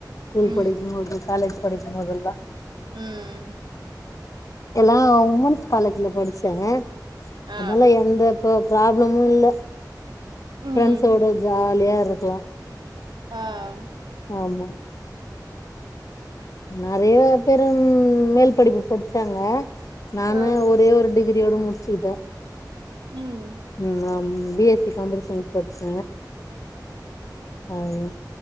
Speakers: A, on the left; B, on the right.
A: ஸ்கூல்
B: ம்
A: படிக்கும்போது காலேஜ் படிக்கும்போதெல்லா
B: ம்
A: எல்லா உமன்ஸ் காலேஜ்ல படிச்சேங்க அதனால
B: ஆ
A: எந்த ஃப் ராப்ளமு இல்ல ஃப்ரெண்ட்ஸோட
B: ம்
A: ஜாலியா இருக்கலா
B: ஆ ம்
A: ஆமா நெறைய பேரும் மேல் படிப்பு படிச்சாங்க நானு
B: ஆ
A: ஒரே ஒரு டிகிரியோட முடிச்சுக்கிட்டே
B: ம்
A: ம் அம் B S C computer science படிச்ச அவ்ளதா